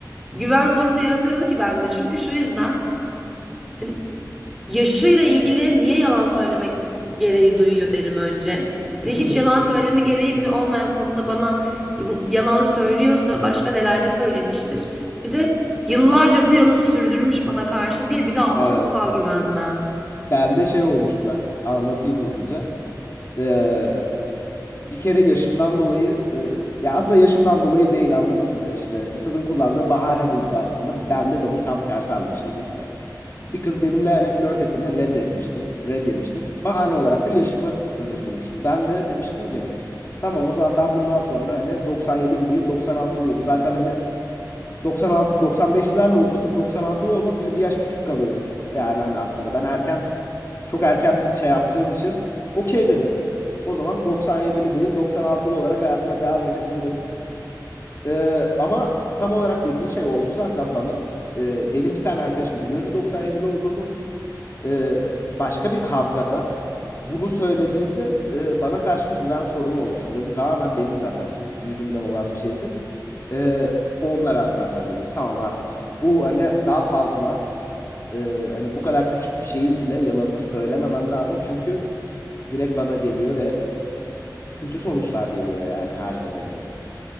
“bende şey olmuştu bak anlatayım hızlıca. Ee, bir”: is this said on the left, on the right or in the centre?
Left